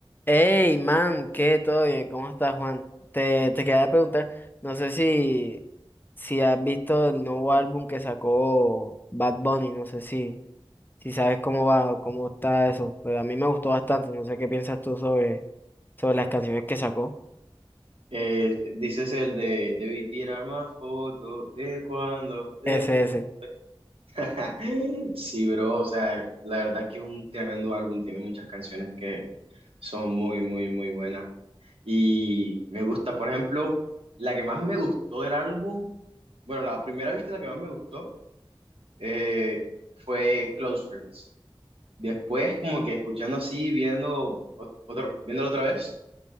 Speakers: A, on the left; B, on the right.
A: Hey, man, ¿qué? ¿Todo bien? ¿Cómo estás, Juan? Te, te quería preguntar, no sé si, si has visto el nuevo álbum que sacó Bad Bunny, no sé si, si sabes cómo va o cómo está eso, pero a mí me gustó bastante, no sé qué piensas tú sobre, sobre las canciones que sacó.
B: Eh, dices el de debí tirar más fotos de cuando de
A: Ese,
B: tu-
A: ese.
B: <laughs> Sí, bro, o sea, la verdad es que es un tremendo álbum, tiene muchas canciones que son muy, muy, muy buenas. Y me gusta, por ejemplo, la que más me gustó del álbum, bueno, la primera vista la que más me gustó eh, fue Close Friends. Después, como que escuchando así, viendo ot- otro, viéndolo otra vez,